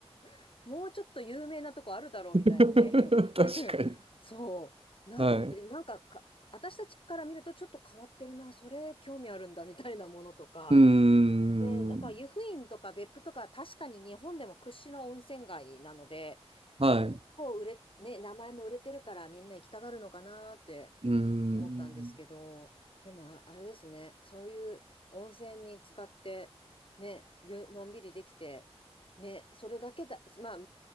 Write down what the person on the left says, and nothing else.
<laughs> もうちょっと有名なとこあるだろうみたいなね
<laughs> そう。な、
で、
なんか、か、私たちから見るとちょっと変わってるな、それ興味あるんだみたいなものとか。
ね、なんか湯布院とか別府とか確かに日本でも屈指の温泉街なので、
結構売れ、ね、名前も売れてるからみんな行きたがるのかなって
思ったんですけど、でもあ、あれですね、そういう温泉に使って、ね、ゆのんびりできて、ね、それだけだ、まあ、